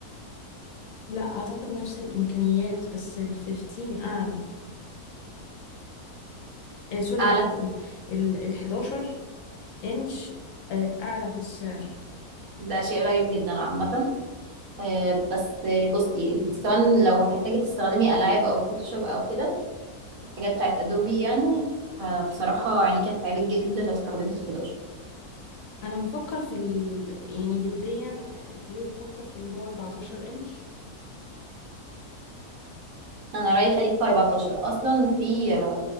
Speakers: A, on the left; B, on the right.
A: لا اعتقد نفس الامكانيات بس ال 15 اعلى آه سوري
B: اعلى
A: ال
B: ف-
A: ال 11 انش آه اعلى في السعر
B: ده شيء غريب جدا عامة آه، بس آه، بصي انت كمان لو هتحتاجي تستخدمي العاب او فوتوشوب او كده حاجات بتاعت ادوبي يعني فبصراحة عيني كانت تعبت جدا لو استخدمت ال 11
A: انا بفكر في ال... يعني جديا ابتديت افكر في اللي هو 14 انش
B: انا رأيي خليك في 14 اصلا في